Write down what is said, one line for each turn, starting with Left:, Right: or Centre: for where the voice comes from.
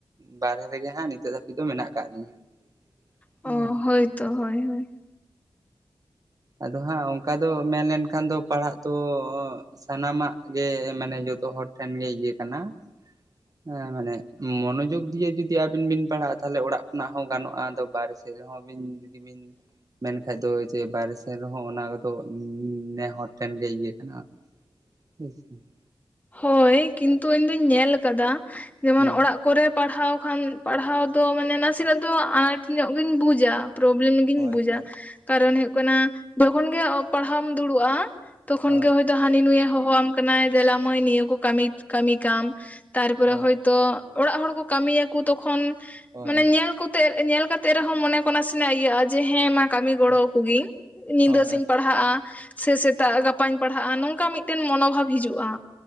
Right: ᱵᱟᱨᱦᱮ ᱨᱮᱜᱮ ᱟᱸᱜ ᱱᱤᱛᱚᱜ ᱫᱷᱟᱹᱵᱤᱡ ᱫᱚ ᱢᱮᱱᱟᱜ ᱟᱠᱟᱫ ᱞᱤᱧᱟᱹ
Left: ᱚ
Right: ᱦᱮᱸ
Left: ᱦᱳᱭᱛᱚ ᱦᱳᱭ ᱦᱳᱭ
Right: ᱟᱫᱚ ᱦᱟᱸᱜ ᱚᱱᱠᱟ ᱫᱚ ᱢᱮᱱᱞᱮᱱᱠᱷᱟᱱ ᱫᱚ ᱯᱟᱲᱦᱟᱜ ᱛᱚ ᱥᱟᱱᱟᱢᱟᱜ ᱜᱮ ᱢᱟᱱᱮ ᱡᱚᱛᱚ ᱦᱚᱲ ᱴᱷᱮᱱ ᱜᱮ ᱤᱭᱟᱹ ᱠᱟᱱᱟ ᱦᱮᱸ ᱢᱟᱱᱮ ᱢᱚᱱᱚᱡᱳᱜᱽ ᱫᱤᱭᱮ ᱡᱩᱫᱤ ᱟᱵᱤᱱ ᱵᱤᱱ ᱯᱟᱲᱦᱟᱜᱼᱟ ᱛᱟᱦᱚᱞᱮ ᱚᱲᱟᱜ ᱠᱷᱚᱱᱟᱜ ᱦᱚᱸ ᱜᱟᱱᱚᱜᱼᱟ ᱟᱫ ᱵᱟᱨ ᱨᱮᱦᱚᱸ ᱵᱤᱱ ᱡᱩᱫᱤ ᱵᱤᱱ ᱢᱮᱱᱠᱷᱟᱡ ᱫᱚ ᱡᱮ ᱵᱟᱭᱨᱮ ᱥᱮᱫ ᱮᱱ ᱨᱮᱦᱚᱸ ᱚᱱᱟ ᱠᱚᱫᱚ ᱱᱮᱦᱚᱲ ᱴᱷᱮᱱ ᱜᱮ ᱤᱭᱟᱹ ᱠᱟᱱᱟ᱾ <unintelligible>
Left: ᱦᱳᱭ ᱠᱤᱱᱛᱩ ᱤᱧ ᱫᱚᱧ ᱧᱮᱞ ᱟᱠᱟᱫᱟ ᱡᱮᱢᱚᱱ
Right: ᱦᱩᱸ
Left: ᱚᱲᱟᱜ ᱠᱚᱨᱮ ᱯᱟᱲᱦᱟᱣ ᱠᱷᱟᱱ ᱯᱟᱲᱦᱟᱣ ᱫᱚ ᱢᱟᱱᱮ ᱱᱟᱥᱮᱱᱟᱜ ᱫᱚ ᱟᱱᱟᱴ ᱧᱚᱜ ᱜᱮᱧ ᱵᱩᱡᱟ, ᱯᱨᱚᱵᱞᱮᱢ ᱜᱤᱧ
Right: ᱦᱳᱭ
Left: ᱵᱩᱡᱟ
Right: ᱦᱳᱭ
Left: ᱠᱟᱨᱚᱱ ᱦᱩᱭᱩᱜ ᱠᱟᱱᱟ ᱡᱚᱠᱷᱚᱱ ᱜᱮ ᱯᱟᱲᱦᱟᱣᱢ ᱫᱩᱲᱩᱵᱼᱟ ᱛᱚᱠᱷᱚᱱ
Right: ᱦᱳᱭ
Left: ᱜᱮ ᱦᱚᱭᱛᱳ ᱦᱟᱹᱱᱤ ᱱᱩᱭᱮ ᱦᱚᱦᱚᱣᱟᱢ ᱠᱟᱱᱟᱭ ᱫᱮᱞᱟ ᱢᱟᱹᱭ ᱱᱤᱭᱟᱹ ᱠᱚ ᱠᱟᱹᱢᱤ ᱠᱟᱹᱢᱤ ᱠᱟᱢ ᱛᱟᱨᱯᱚᱨᱮ
Right: ᱦᱳᱭ
Left: ᱦᱚᱳᱭᱛᱚ ᱚᱲᱟᱜ ᱦᱚᱲ ᱠᱚ ᱠᱟᱹᱢᱤᱭᱟᱠᱩ ᱛᱚᱠᱷᱚᱱ
Right: ᱦᱳᱭ
Left: ᱢᱟᱱᱮ ᱧᱮᱞ ᱠᱚᱛᱮ ᱧᱮᱞ ᱠᱟᱛᱮ ᱛᱮ ᱨᱮᱦᱚᱸ ᱢᱚᱱᱮ ᱠᱚ ᱱᱟᱥᱮᱱᱟᱜ ᱤᱭᱟᱹᱼᱟ ᱡᱮ ᱦᱮᱸ ᱢᱟ ᱠᱟᱹᱢᱤ ᱜᱚᱲᱚ
Right: ᱦᱳᱭ
Left: ᱟᱠᱚ ᱜᱮᱭᱟᱧ ᱧᱤᱫᱟᱹ
Right: ᱦᱳᱭ
Left: ᱥᱮᱧ
Right: ᱦᱳᱭ
Left: ᱯᱟᱲᱦᱟᱜᱼᱟ ᱥᱮ ᱥᱮᱛᱟᱜ ᱜᱟᱯᱟ ᱜᱟᱯᱟᱧ ᱯᱟᱲᱦᱟᱜᱼᱟ ᱱᱚᱝᱠᱟ ᱢᱤᱫᱴᱮᱱ ᱢᱚᱱᱳᱵᱷᱟᱵ ᱦᱤᱡᱩᱜᱼᱟ